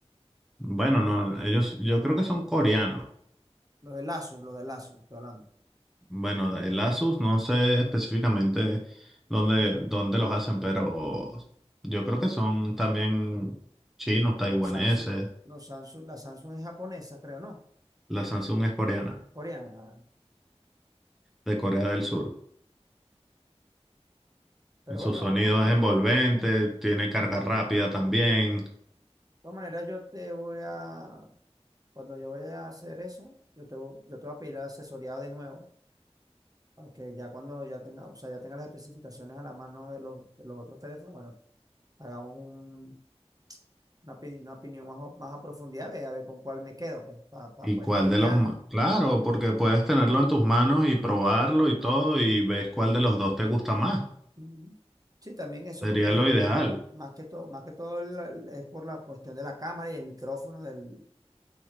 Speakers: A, in the centre; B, on the right.
A: Bueno, no, ellos, yo creo que son coreanos.
B: Los de Lazo, los de Lazo, estoy hablando.
A: Bueno, el Asus, no sé específicamente dónde,
B: Porque,
A: dónde los hacen, pero yo creo que son también chinos,
B: porque
A: taiwaneses.
B: los Samsung, los Samsung, la Samsung es japonesa, creo, ¿no?
A: La Samsung es coreana,
B: Coreana.
A: de Corea del Sur.
B: Pero
A: Su
B: bueno,
A: sonido
B: vamos
A: es envolvente,
B: a. De
A: tiene carga rápida también.
B: todas maneras, yo te voy a. Cuando yo vaya a hacer eso, yo te, vo- yo te voy a pedir asesoría de nuevo. Para que ya cuando ya tenga, o sea, ya tenga las especificaciones a la mano de los, de los otros teléfonos, bueno, hagamos un- una, opi- una opinión más, o- más a profundidad, ve a ver con cuál me quedo, pues, para
A: ¿Y
B: poder
A: cuál
B: streamear
A: de los... ma- Claro, porque puedes tenerlo en tus manos y probarlo y todo y ves cuál de los dos te gusta más.
B: Mm. Sí, también eso,
A: Sería
B: porque
A: lo
B: el-
A: ideal.
B: más que todo, más que todo el- el- es por la cuestión de la cámara y el micrófono del,